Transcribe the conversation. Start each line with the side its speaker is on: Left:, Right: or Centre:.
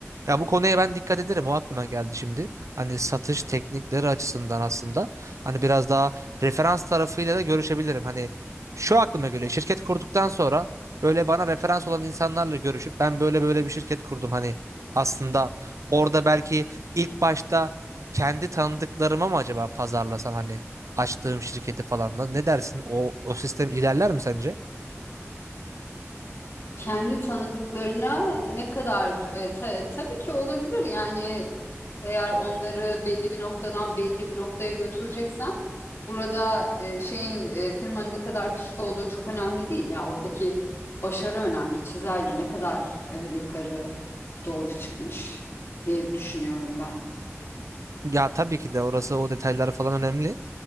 Right: Ya bu konuya ben dikkat ederim. O aklıma geldi şimdi. Hani satış teknikleri açısından aslında hani biraz daha referans tarafıyla da görüşebilirim. Hani şu aklıma göre şirket kurduktan sonra böyle bana referans olan insanlarla görüşüp ben böyle böyle bir şirket kurdum hani aslında orada belki ilk başta kendi tanıdıklarıma mı acaba pazarlasam hani açtığım şirketi falan ne dersin? O o sistem ilerler mi sence?
Left: Kendi tanıdıklarına ne kadar e, ta- tabii ki olabilir yani eğer onları belli bir noktadan belli bir noktaya götüreceksen burada e, şeyin e, firmanın ne kadar küçük olduğu çok önemli değil. Yani oradaki başarı önemli. Çizelge ne kadar e, yukarı doğru çıkmış diye düşünüyorum ben.
Right: Ya tabii ki de orası o detayları falan önemli.